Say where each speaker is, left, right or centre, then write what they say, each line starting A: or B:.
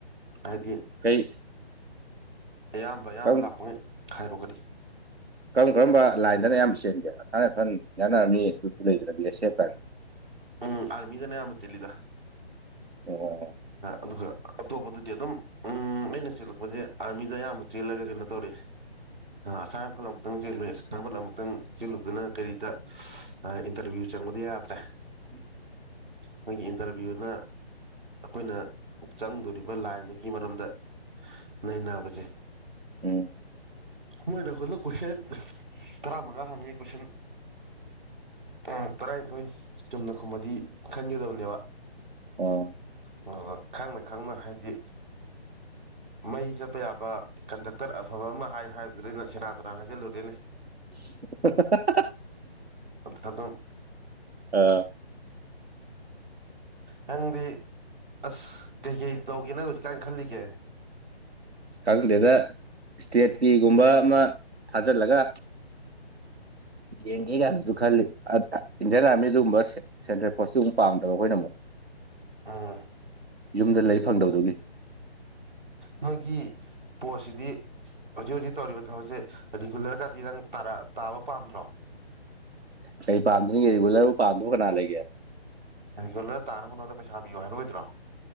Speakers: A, on the right; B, on the right.
A: ꯑꯗꯤ
B: ꯀꯩ
A: ꯑꯌꯥꯝꯕ ꯑꯌꯥꯝꯕ
B: ꯀꯔꯝ
A: ꯂꯥꯛꯄ ꯉꯩ ꯍꯥꯏꯔꯨꯒꯗꯤ
B: ꯀꯔꯝ ꯀꯔꯝꯕ ꯂꯥꯏꯟꯗꯅ ꯌꯥꯝꯌꯥꯝ ꯆꯦꯟꯒꯦ ꯑꯁꯥꯅ ꯏꯊꯟ ꯌꯥꯅꯔꯝꯃꯤ ꯑꯗꯨꯠꯇꯨ ꯂꯩꯒ꯭ꯔꯃꯤ ꯌꯥ ꯁꯦꯞ ꯀꯥꯏꯅ <inaudible>
A: ꯎꯝ ꯑꯥꯔꯃꯤꯗꯅ ꯑꯥꯌꯥꯝꯕ ꯆꯦꯜꯂꯤꯗ
B: ꯑꯣ
A: ꯑꯗꯨꯒ ꯑꯇꯣꯞꯄꯗꯗꯤ ꯑꯗꯨꯝ ꯎꯝ ꯑꯩꯅ ꯆꯦꯜꯂꯛꯄꯁꯦ ꯑꯥꯔꯃꯤꯗ ꯑꯌꯥꯝꯕ ꯆꯦꯜꯂꯒ ꯀꯩꯅꯣ ꯇꯧꯔꯦ ꯑꯁꯥ ꯔꯄꯠ ꯑꯃꯨꯛꯇꯪ ꯆꯦꯜꯂꯨꯏ ꯑꯁꯥꯟꯄ ꯑꯃꯨꯛꯇꯪ ꯆꯦꯜꯂꯨꯗꯅ ꯀꯔꯤꯗ ꯏꯟꯇꯔꯚ꯭ꯌꯨ ꯆꯪꯕꯗꯤ ꯌꯥꯗ꯭ꯔꯦ
B: ꯎꯝ
A: ꯃꯣꯏꯒꯤ ꯏꯟꯇꯔꯚꯤꯌꯨꯅ ꯑꯩꯈꯣꯏꯅ ꯆꯪꯗꯣꯔꯤꯕ ꯂꯥꯏꯟꯗꯨꯒꯤ ꯃꯔꯝꯗ ꯅꯩꯅꯕꯁꯦ
B: ꯎꯝ
A: ꯃꯣꯏꯗ ꯑꯩꯈꯣꯏ ꯀꯣꯏꯁꯟ ꯇꯔꯥ ꯃꯉꯥ ꯍꯪꯉꯤ ꯀꯣꯏꯁꯟ ꯎ ꯇꯔꯥꯅꯤꯊꯣꯏ ꯆꯨꯝꯅ ꯈꯨꯝꯃꯗꯤ ꯈꯟꯒꯗꯕꯅꯦꯕ
B: ꯑꯣ
A: ꯍꯣꯏ ꯈꯪꯅ ꯈꯪꯅ ꯍꯥꯏꯗꯤ ꯃꯩ ꯆꯠꯄ ꯌꯥꯕ ꯀꯟꯗꯛꯇꯔ ꯑꯐꯕ ꯑꯃ ꯍꯥꯏꯌꯨ ꯍꯥꯏꯗꯨꯗ ꯑꯩꯅ ꯁꯦꯔꯥꯟ ꯇꯨꯔꯥꯟ ꯍꯥꯏꯖꯤꯜꯂꯨꯔꯦꯅꯦ
B: <inaudible>
A: ꯑ ꯑꯗꯨꯝ
B: ꯑ
A: ꯅꯪꯗꯤ ꯑꯁ ꯀꯩꯀꯩ ꯇꯧꯒꯦ ꯅꯪ ꯍꯧꯖꯤꯛꯀꯥꯟ ꯈꯜꯂꯤꯒꯦ
B: ꯈꯪꯗꯦꯗ ꯏꯁꯇꯦꯠꯀꯤꯒꯨꯝꯕ ꯑꯃ ꯊꯥꯖꯤꯜꯂꯒ ꯌꯦꯡꯉ ꯀꯥꯟꯅꯁꯨ ꯈꯜꯂꯤ ꯏꯟꯗꯤꯌꯥꯟ ꯑꯥꯔꯃꯤꯗꯨꯨꯝꯕꯁꯦ ꯁꯦꯟꯇꯔꯦꯜ ꯐꯣꯁꯇꯤ ꯑꯃꯨꯛ ꯄꯥꯝꯗꯕ ꯈꯣꯏꯅꯃꯨꯛ
A: ꯑꯝ
B: ꯌꯨꯝꯗ ꯂꯩ ꯐꯪꯗꯧꯗꯨꯒꯤ
A: ꯅꯣꯏꯒꯤ ꯄꯣꯠꯁꯤꯗꯤ ꯍꯧꯖꯤꯛ ꯍꯧꯖꯤꯛ ꯇꯧꯔꯤꯕ ꯊꯕꯛꯁꯦ ꯔꯤꯒꯨꯂꯔꯒꯗꯤ ꯅꯪ ꯇꯥꯕ ꯄꯥꯝꯗ꯭ꯔꯣ
B: ꯀꯩ ꯄꯥꯟꯗꯣꯏꯒꯦ ꯔꯤꯒꯨꯂꯔꯕꯨ ꯄꯝꯗꯕ ꯀꯅꯥ ꯂꯩꯒꯦ
A: ꯑꯦꯔꯤꯀꯨꯂꯔꯥꯟꯅꯅꯕꯣꯠꯅꯕꯗ ꯄꯩꯁꯥꯤꯌꯨ ꯍꯥꯏꯔꯣꯏꯗ꯭ꯔꯣ